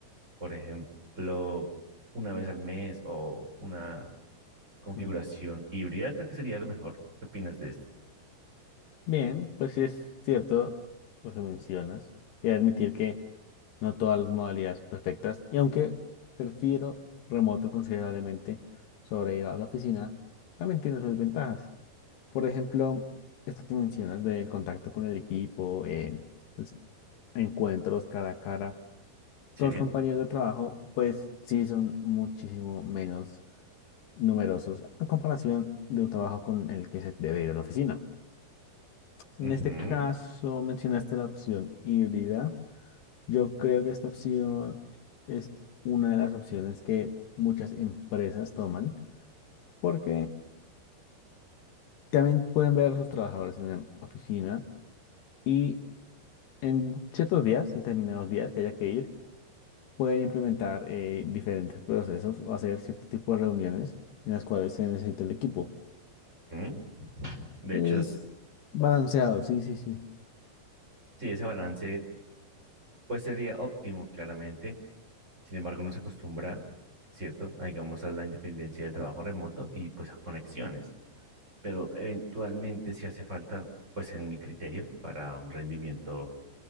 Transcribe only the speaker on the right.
Por ejemplo, una vez al mes o una Configuración
híbrida creo que sería lo mejor. ¿Qué opinas de esto?
Sí.
ujú,
ujú. De
hecho, es-
sí, ese balance pues sería óptimo, claramente. Sin embargo, no se acostumbra, ¿cierto? A, digamos, a la independencia del trabajo remoto y pues a conexiones. Pero eventualmente si hace falta, pues en mi criterio, para un rendimiento